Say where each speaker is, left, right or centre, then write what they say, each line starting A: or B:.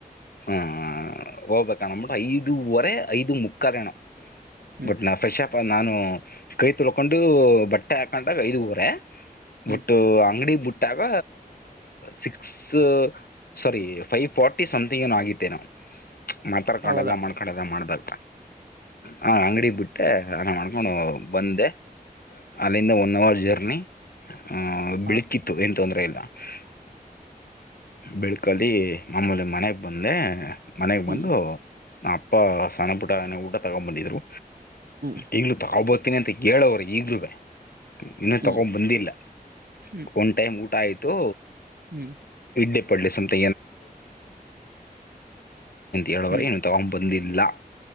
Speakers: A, on the left; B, on the right.
A: ಹ ಹೋಗ್ಬೇಕಣಂದ್ಬಿಟ್ಟು ಐದುುವರೆ ಐದು ಮುಕ್ಕರೆಣೋ.
B: ಹ್ಮ್
A: ಬಟ್ ನಾ ಫ್ರೆಷಪ್. ನಾನು ಕೈ ತೊಳ್ಕೊಂಡು ಬಟ್ಟೆ ಹಾಕೊಂಡಾಗ ಐದುವರೆ.
B: ಹ್ಮ್
A: ಬಟ್ಟು ಅಂಗಡಿ ಬಿಟ್ ಟಾಗ six. Sorry five forty something ಏನೋ ಆಗಿತ್ತೇ ಏನೋ. ಮಾತಾಡ್ಕಡಲ್ಲ
B: ಹೌದಾ
A: ಮಾಡ್ಕಡಲ್ಲ ಮಾಡಬಾರದ. ಹಾ ಅಂಗಡಿಗೆ ಬಿಟ್ಟೆ ಅನ ಮಾಡ್ಕೊಂಡು ಬಂದೆ ಅಲ್ಲಿಂದ ಒನ್ ಅವರ್ ಜರ್ನಿ. <unintelligible>
B: ಹಾ
A: <inaudible> ಬೆಳ್ಕಲ್ಲಿ ಮಾಮೂಲಿ ಮನೆಗ್ ಬಂದೆ. ಮನೆಗೆ
B: ಹ್ಮ್
A: ಬಂದು. ನಾ ಅಪ್ಪ ಸಣ್ಣಪುಟ್ಟ ಊಟ ತಗೊಬಂದಿದ್ರು.
B: ಹ್ಮ್
A: ಈಗಲೋ ತಗೊ ಬರ್ತ್ ಹತನಿ ಅಂತ ಹೇಳು ಈಗ್ಲೂ ಅವ್ರಿಗೆ. ಇನ್ನುೂ
B: ಹ್ಮ್
A: ತಗೊಂಡ್ ಬಂದಿಲ್ಲ
B: ಹ್ಮ್
A: ಒಂದ್ ಟೈಮ್ ಊಟಾ ಆಯ್ತ್ ತು.
B: ಹ್ಮ್
A: <unintelligible> ಅಂತ ಹೇಳದ್ರೆ
B: ಹ್ಮ್
A: ನೀನು
B: ಹ್ಮ್
A: ತಗೊಂಡೊ ಬಂದಿ ಇಲ್ಲಾ